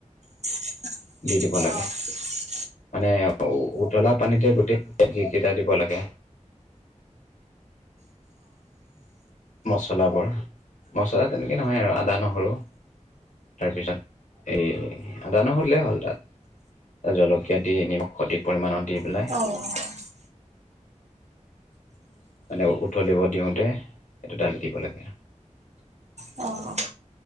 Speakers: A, on the right (about 60°); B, on the left (about 85°).
A: অ
B: দি দিব লাগে মানে উতলা পানীতে গোটেই যিকেইটা দিব লাগে। মচলাবোৰ মছলা তেনেকে নহয় আৰু আদা নহৰু তাৰপিছত এ আদা ন সুধিলে হ'ল তাত জলকীয়া দি নিমখ অধিক পৰিমাণত দি পেলাই
A: অ',
B: মানে উতলিব দিওঁতে এইটো দালি দিব লাগে
A: অ',